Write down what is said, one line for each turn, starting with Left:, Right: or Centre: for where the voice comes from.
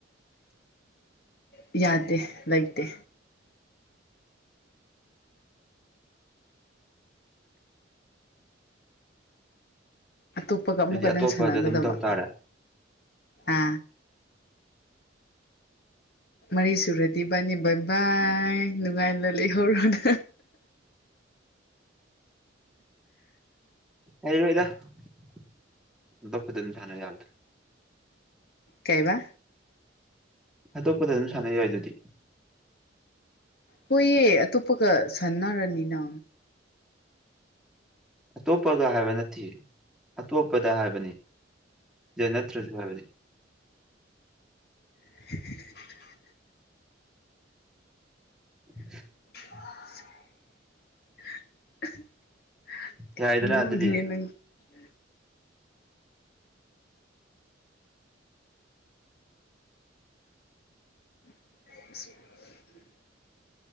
Left: ꯌꯥꯗꯦ ꯂꯩꯇꯦ ꯑꯇꯣꯞꯄꯒ ꯑꯃꯨꯛꯀ
Centre: ꯑꯗꯨꯗꯤ
Left: ꯅꯪ
Centre: ꯑꯇꯣꯞꯄꯗ
Left: ꯁꯥꯟꯅꯒꯗꯕ
Centre: ꯑꯗꯨꯝ ꯇꯧ ꯇꯥꯔꯦ
Left: ꯑ ꯃꯔꯤ ꯁꯨꯔꯗꯤ ꯕꯥꯅꯤ ꯚꯕꯥꯏ ꯅꯨꯡꯉꯥꯏꯅ ꯂꯩꯍꯧꯔꯣꯅꯦ
Centre: ꯂꯩꯔꯣꯏꯗ ꯑꯇꯣꯞꯄꯗ ꯑꯗꯨꯝ ꯁꯥꯟꯅ ꯌꯥꯕꯅꯦ
Left: ꯀꯩꯕ
Centre: ꯑꯇꯣꯞꯄꯗ ꯑꯗꯨꯝ ꯁꯥꯟꯅ ꯌꯥꯏꯗꯨꯗꯤ
Left: ꯍꯣꯏꯌꯦ ꯑꯇꯣꯞꯄꯒ ꯁꯟꯅꯔꯅꯤꯅ
Centre: ꯑꯇꯣꯞꯄꯒ ꯍꯥꯏꯕ ꯅꯠꯇꯤꯌꯦ ꯑꯇꯣꯞꯄꯗ ꯍꯥꯏꯕꯅꯤ ꯅꯠꯇ꯭ꯔꯨꯁꯨ ꯍꯥꯏꯕꯅꯤ
Left: <unintelligible> <inaudible>
Centre: <inaudible> <unintelligible>
Left: <unintelligible> <inaudible> <unintelligible>
Centre: ꯌꯥꯏꯗꯅ ꯑꯗꯨꯗꯤ
Left: <unintelligible>